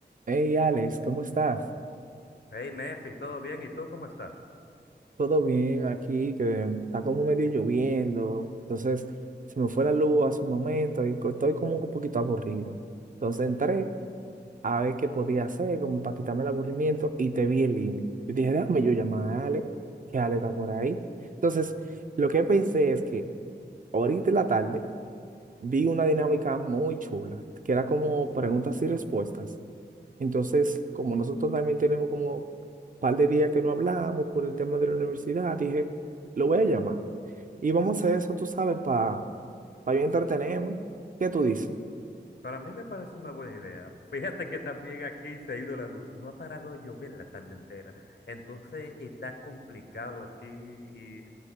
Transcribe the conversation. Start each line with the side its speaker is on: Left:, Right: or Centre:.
Right: Hey Alex, ¿cómo estás?
Left: Hey, Mefi, ¿todo bien? ¿Y tú cómo estás?
Right: ¿Todo bien aquí? Que está como medio lloviendo. Entonces, se me fue la luz hace un momento y co- estoy como un poquito aburrido. Entonces entré a ver qué podía hacer, como para quitarme el aburrimiento, y te vi en línea. Yo dije, déjame yo llamar a Alex, que Alex está por ahí. Entonces, lo que pensé es que ahorita en la tarde vi una dinámica muy chula, que era como preguntas y respuestas. Entonces, como nosotros también tenemos como un par de días que no hablamos por el tema de la universidad, dije, lo voy a llamar. Y vamos a hacer eso, tú sabes, para pa yo entretenerme. ¿Qué tú dices?
Left: Para mí me parece una buena idea. <laughs> Fíjate que también aquí se ha ido la luz. No ha parado de llover la tarde entera. Entonces está complicado aquí y